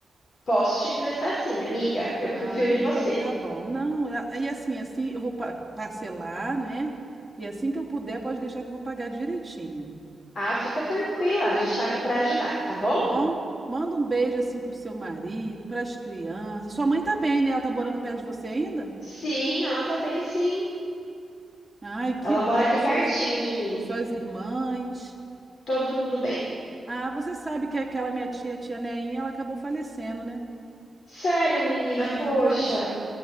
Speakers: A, on the left; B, in the centre.
A: Posso te emprestar sim, amiga. Eu confio
B: Ah,
A: em
B: então
A: você.
B: tá bom. Não, é- e assim, assim eu vou pa- parcelar, né? E assim que eu puder, pode deixar que eu vou pagar direitinho.
A: Ah, fica tranquila, a gente tá aqui pra ajudar, tá bom?
B: tá bom? Manda um beijo assim pro seu marido, pras crianças. Sua mãe tá bem, né? Ela tá morando perto de você ainda?
A: Sim, ela tá bem, sim.
B: Ai, que
A: Ela
B: bom,
A: mora aqui pertinho
B: suas,
A: de mim.
B: suas irmãs.
A: Todo mundo bem.
B: Ah, você sabe que aquela minha tia, tia Neinha, ela acabou falecendo, né?
A: Sério, menina,
B: É,
A: poxa.
B: pois é.